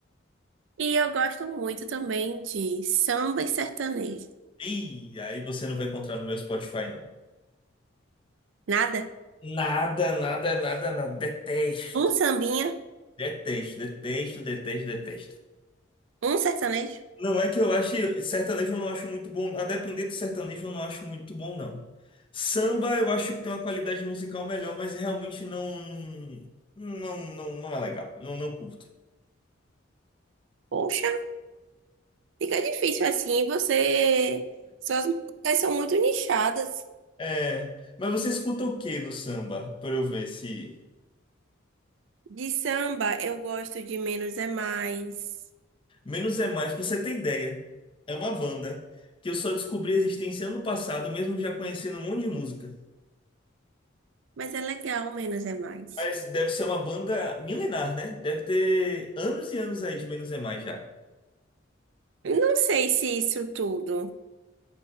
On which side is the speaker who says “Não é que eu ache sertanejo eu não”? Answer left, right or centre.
Left